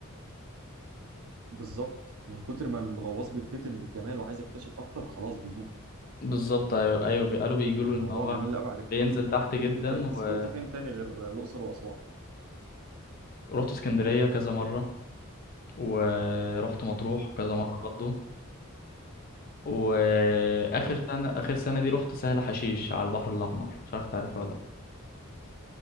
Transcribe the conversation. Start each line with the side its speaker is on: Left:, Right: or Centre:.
Right: بالظبط من كتر ما الغواص بيتفتن بالجمال وعايز يكتشف أكتر خلاص بيموت
Left: بالظبط ايوه ايوه بي- قالوا بيقولوا
Right: الموضوع
Left: ان هو
Right: جميل لأبعد الحدود
Left: بينزل
Right: هناك
Left: تحت جدا
Right: انت انت
Left: ورحت
Right: سافرت فين تاني غير الأقصر وأسوان
Left: رحت اسكندرية كذا مرة ورحت مطروح كذا
Right: اه
Left: مرة برضه واخر
Right: حلو
Left: سنة اخر سنة دي رحت سهل حشيش على البحر الاحمر مش عارف تعرفها ولا لا